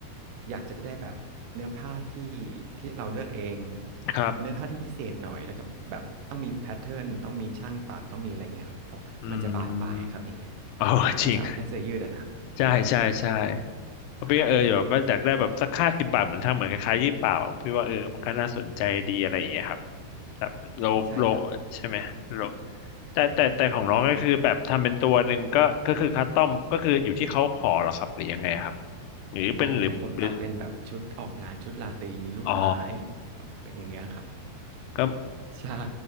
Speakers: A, on the right; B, on the left.
A: อยากจะได้แบบเนื้อผ้าที่ที่เราเลือกเอง
B: ครับ
A: เนื้อผ้าที่พิเศษหน่อยแล้วก็แบบต้องมีแพทเทิร์นต้องมีช่างตัดต้องมีอะไรเงี้ยครับผมมันจะบานปลายครับอย่างเงี้ย
B: อืมโอ้จริง
A: ถ้าจะเอาแค่เสื้อยืดอะนะ
B: ใช่ใช่ใช่ พี่ก็เออแบบว่าอยากได้แบบสักห้าสิบบาทเหมือนทำเหมือนคล้ายๆยี่เป่าพี่ว่าเออมันก็น่าสนใจดีอะไรอย่างเงี้ยครับแบบโลโล
A: ใช่ครับ
B: ใช่ไหมโลแต่แต่แต่ของน้องก็คือแบบทำเป็นตัวหนึ่งก็ก็คือคัสตอมก็คืออยู่ที่เขาขอเหรอครับหรือยังไงครับหรือเป็นหรือหรือ
A: อ๋อของผมตัดเป็นแบบชุดออกงานชุดราตรีลูกไม้
B: อ๋อ
A: แบบอย่างเงี้ยครับ
B: ก็
A: ใช่